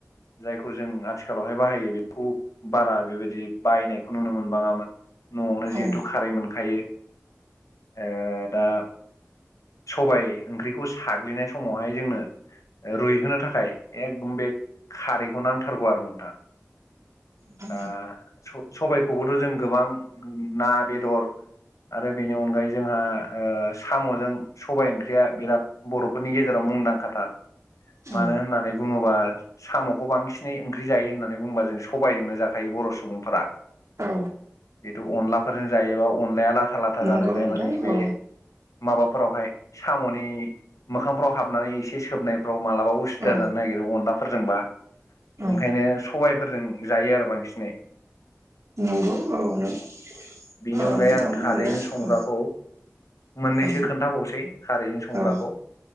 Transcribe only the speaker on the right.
औ
औ
औ
औ
नंगौ
नोंथां
औ
औ
औ
नंगौ औ नों
ओ
नोंथां
बुंनाया
औ औ
औ